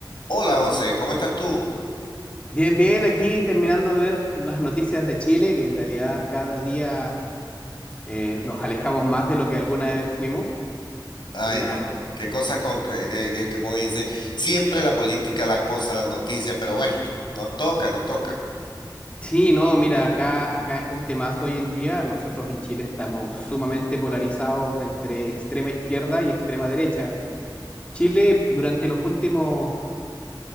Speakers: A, on the left; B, on the left.
A: Hola José, ¿cómo estás tú?
B: Bien, bien, aquí terminando de ver las noticias de Chile, que en realidad cada día eh, nos <laughs> alejamos más de lo que alguna vez fuimos.
A: Ay,
B: Una...
A: no, qué cosas con que, que- que- que como dice, siempre la política, la cosa, las noticias, pero bueno, nos toca, nos toca,
B: Sí, no, mira, acá, acá es un temazo hoy en día. Nosotros en Chile estamos sumamente polarizados entre extrema izquierda y extrema derecha. Chile, durante los últimos